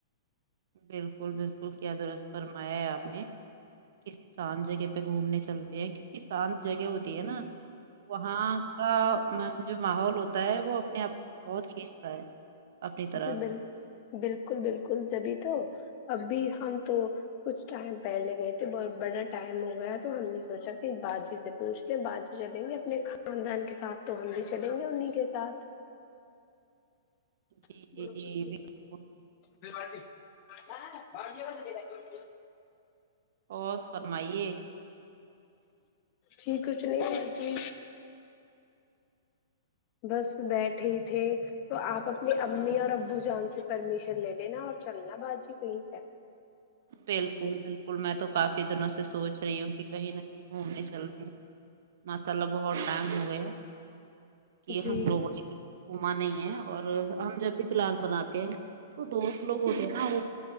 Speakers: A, on the right (about 65°); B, on the left (about 40°).
A: بلکل بلکل کیا درست فرمایا ہے آپ نے کسی سان جگہ پہ گھومنے چل کیونک کسان جگہ ہوتی ہے نا وہاں کا وه جو ماحول ہوتا ہے وہ اپنے آپ کو بہت کھینچتا ہے اپنی طرف
B: جی بال بالکل بالکل جبھی تو ابھی ہم تو کچھ ٹائم پہلے گئے تھے بہت بڑا ٹائم ہو گیا تو ہم نے سوچا کہ باجی سے پوچھ کے باجی چلیں گے اپنے خاندان کے ساتھ تو ہم بھی چلیں گے انیں کے ساتھ
A: جی
B: <unintelligible>
A: جی جی بالکل اور فرمائیے
B: جی کچھ نہیں ہو جی بس بیٹھے تھے تو آپ اپنی امی اور ابو جان سے پرمیشن لے لینا اور چلنا باجی کہیں پہ
A: بالکل بالکل میں تو کافی دنوں سے سوچ رہی ہوں کہ کہیں نہ کہیں گھومنے چلتے ہیں ماشاللہ بہت ٹائم ہو گیا کہ
B: جی
A: ہم لوگوں نے گھوما نہیں ہے اور ہم جب فی الحال بنا تے ہیں وہ دوست لوگ ہوتے ہیں